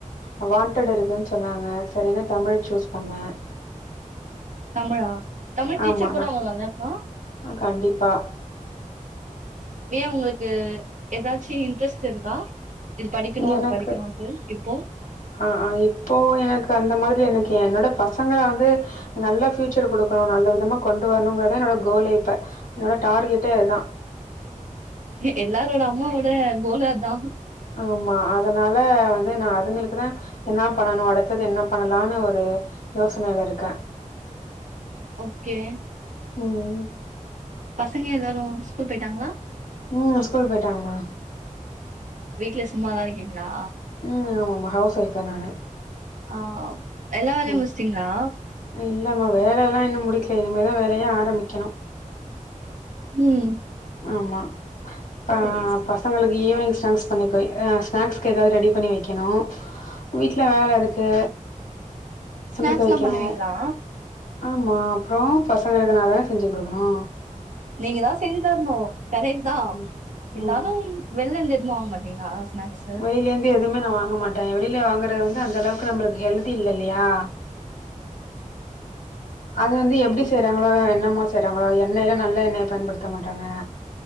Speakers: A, on the left; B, on the right.
A: அ வாண்டட் இருக்குன்னு சொன்னாங்க சரினு தமிழ் ஜுஸ் பண்ணே
B: தமுழா தமிழ் டீச்சர்
A: ஆமாண்ணா
B: கூட அவங்க <unintelligible>
A: கண்டிப்பா
B: ஏ உங்களுக்கு ஏதாச்சி இன்ட்ரெஸ்ட் இருக்கா இது படிக்கணோ அது
A: எனக்கு
B: படிக்கணோன்ட்டு இப்போ
A: ஆ ஆ இப்போ எனக்கு அந்த மாரி எனக்கு என்னோட பசங்கள வந்து நல்லா ஃப்யூச்சர் குடுக்கணு நல்ல விதமா கொண்டு வரணுங்கறதா என்னோட கோலே இப்ப என்னோட டார்கெட்டே அதா
B: எல்லாரோட அம்மாவோட கோலு அதா
A: ஆமா அதனால வந்து நா அதுங்களுக்குதா என்னா பண்ணோ அடுத்தது என்ன பண்ணலான்னு ஒரு யோசனையில இருக்கே
B: ஓகே
A: ம்
B: பசங்க எல்லாரு ஸ்கூல் போயிட்டாங்களா
A: ம் ஸ்கூல் போயிட்டாங்கம்மா
B: வீட்ல சும்மாதா இருக்கீங்களா
A: ம் ஆமா ஆமா ஹவுஸ் வைஃப் தா நானு
B: ஆ எல்ல வேலையு
A: ம்
B: முஸ்டீங்களா
A: இல்லம்மா வேலையெல்லா இன்னு முடிக்கல இனிமே தா வேலையே ஆரம்பிக்கணு
B: ம்
A: ஆமா ப
B: சேரி சேரி
A: பசங்களுக்கு ஈவினிங் ஸ்னாக்ஸ் பண்ணிக்குவே அ ஸ்நாக்ஸ்க்கு ஏதாவது ரெடி பண்ணி வைக்கணோ வீட்ல வேலருக்கு
B: ஸ்நாக்ஸ்லா
A: துணி தொவைக்கணோ
B: பண்ணுவீங்களா
A: ஆமா அப்றோ பசங்களுக்கு நா தான செஞ்சி குடுக்கணோ
B: நீங்க தா செஞ்சி தரணோ கரெக்ட்தா
A: ம்
B: இருந்தாலும்
A: ம்
B: வெள்லந்து எதுவு வாங்க மாட்டீங்களா ஸ்நாக்ஸ்
A: வெளியிலந்து எதுவுமே நா வாங்க மாட்டே வெளியில வாங்கறது வந்து அந்த அளவுக்கு நம்மளுக்கு ஹெல்தி இல்ல இல்லையா அது வந்து எப்டி செய்றாங்களோ என்னமோ செய்யறாங்களோ எண்ணெய்ல்லா நல்ல எண்ணெயை பயன்டுத்த மாட்டாங்க